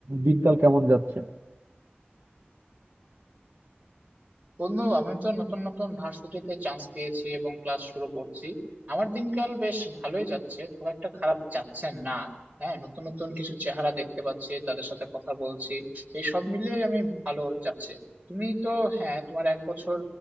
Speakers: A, on the right; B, on the right.
A: দিনকাল কেমন যাচ্ছে
B: বন্ধু আমি তো নতুন নতুন ভার্সিটিতে চান্স পেয়েছি এবং ক্লাস শুরু করছি আমার দিনকাল বেশ ভালোই যাচ্ছে খুব একটা খারাপ যাচ্ছে না হ্যাঁ নতুন নতুন কিছু চেহারা দেখতে পাচ্ছি তাদের সাথে কথা বলছি এই সব মিলিয়ে আমি ভালো যাচ্ছে তুমি তো হ্যাঁ তোমার এক বছর